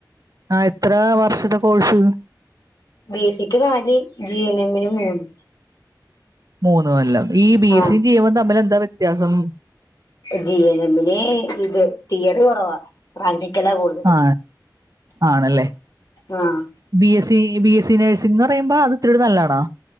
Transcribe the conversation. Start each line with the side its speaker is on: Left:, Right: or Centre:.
Right: ആ എത്ര വർഷത്തെ കോഴ്സ്.
Left: ബി എസ് സി ക്ക് നാല് ജി എൻ എമ്മിന് മൂന്ന്.
Right: മൂന്ന് കൊല്ലം ഈ ബി
Left: ആഹ്
Right: എസ് സി, ജി എൻ എമ്മും തമ്മിലെന്താ വ്യത്യാസം?
Left: ജി എൻ എമ്മിന് ഇത് തീയറി കൊറവാ. പ്രാക്റ്റിക്കലാ കൂടുതല്
Right: ആ ആണല്ലേ
Left: ആഹ്.
Right: B S C, B S C nursing എന്ന് പറയുമ്പോ അത് ഇത്തിരികൂടി നല്ലതണാ.